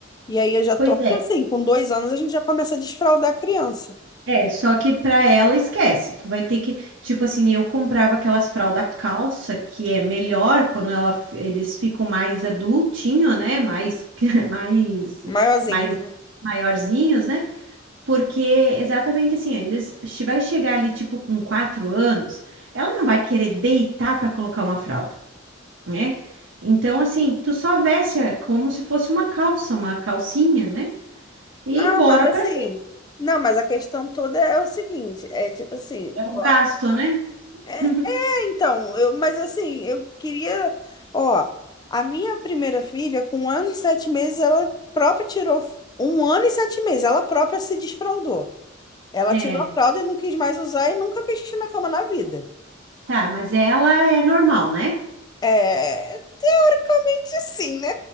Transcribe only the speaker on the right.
Pois
é.
É, só que pra ela esquece. Tu vai ter que, tipo assim, eu comprava aquelas fralda calça que é melhor quando ela, f- eles ficam mais adultinho, né? Mais, <laughs> mais,
mais
maiorzinhos, né? Porque exatamente assim, ó, eles che- vai chegar ali tipo com quatro anos, ela não vai querer deitar pra colocar uma fralda, né? Então assim, tu só veste é, como se fosse uma calça, uma calcinha, né? E
bora
pra
é o
gasto, né?
<laughs>
É.
Tá, mas ela é normal, né?